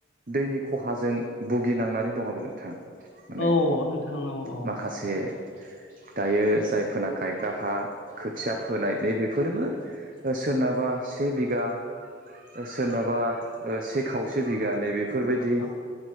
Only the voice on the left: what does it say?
औ नोंथां औ औ
हाब